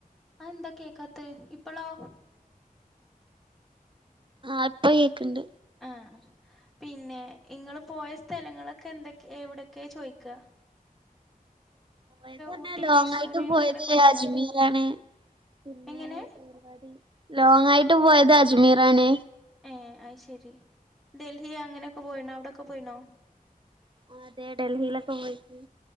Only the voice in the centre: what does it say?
അതെന്താ കേക്കാത്തത് ഇപ്പളോ.
ആഹ് പിന്നെ ഇങ്ങള് പോയ സ്ഥലങ്ങളൊക്കെ എന്തെകെ എവിടെക്കെ ചോയ്ക്ക.
ഊട്ടി
മൈസൂര്
അങ്ങനൊക്കെ പോയിണോ
എങ്ങനെ
ഏഹ് അയ് ശരി. ഡൽഹി അങ്ങനെക്കെ പോയിണോ? അവിടൊക്കെ പോയിണോ?